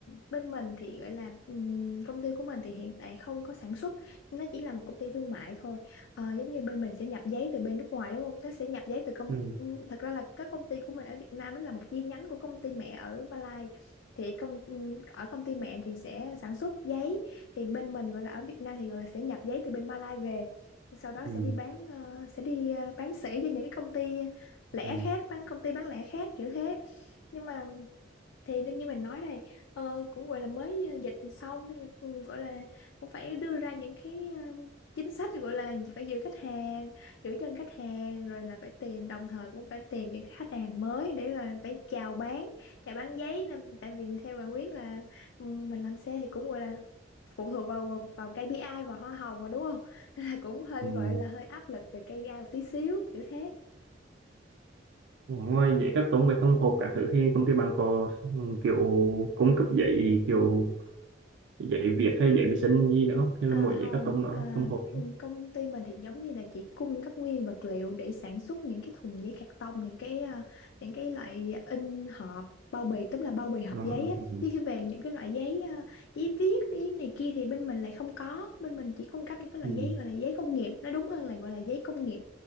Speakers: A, on the left; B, on the right.
A: bên mình thì gọi là ừm, công ty của mình thì hiện tại không có sản xuất nó chỉ là một công ty thương mại thôi Ờ, giống như bên mình sẽ nhập giấy từ bên nước ngoài đúng không nó sẽ nhập giấy từ công
B: ừ,
A: ừm, thật ra là các công ty của mình ở Việt Nam đó là một chi nhánh của công ty mẹ ở Malai thì công ừm, ở công ty mẹ thì sẽ sản xuất giấy thì bên mình gọi là ở Việt Nam thì gọi là sẽ nhập giấy từ bên Malai về sau đó
B: ừ,
A: sẽ đi bán ờ, sẽ đi ờ, bán sỉ cho những cái công ty lẻ
B: ừ,
A: khác bán công ty bán lẻ khác kiểu thế nhưng mà thì đương như mình nói đây ờ, cũng gọi là mới ờ, dịch xong nên là cũng gọi là cũng phải đưa ra những cái ờ, chính sách gọi là phải giữ khách hàng giữ chân khách hàng rồi là phải tìm đồng thời cũng phải tìm những khách hàng mới để là phải chào bán chào bán giấy nên tại vì theo bạn biết là ừ, mình làm xe thì cũng gọi là phụ thuộc vào vào KPI và hoa hồng mà đúng không <laughs> nên là cũng hơi
B: ừ.
A: gọi là hơi áp lực về KPI một tí xíu kiểu thế
B: ngoài giấy các tông về thông hộp cả thứ thì công ty bạn có ừ, kiểu cung cấp giấy kiểu giấy viết hay giấy vệ sinh gì nữa không hay
A: À,
B: là mỗi giấy
A: không,
B: các tông đó
A: à,
B: thông hộp
A: ừ, công ty mình thì giống như là chỉ cung cấp nguyên vật liệu để sản xuất những cái thùng giấy cạc tông, những cái à, những cái loại in hộp bao bì, tức là bao bì hộp
B: Ờ,
A: giấy
B: ừ,
A: á.
B: ừ,
A: Chứ khi về những cái loại giấy à, giấy viết giấy này kia thì bên mình lại không có, bên mình chỉ cung cấp những cái loại
B: ừ.
A: giấy gọi là giấy công nghiệp, nó đúng hơn là gọi là giấy công nghiệp.